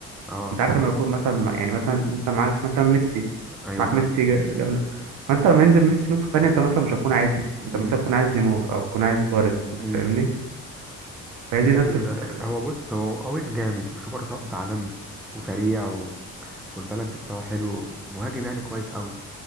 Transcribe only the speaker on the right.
انت عارف لما يكون مثلا مع- يعني مثلا انت معاك مثلا ميسي
معاك
ميسي جا- جامده فانت لما ينزل ميسي نسخه ثانيه انت مثلا مش هتكون عايزها
انت مثلا تكون عايز نيمار او تكون عايز سواريز انت
فاهمني فهي
دي نفس
الفكره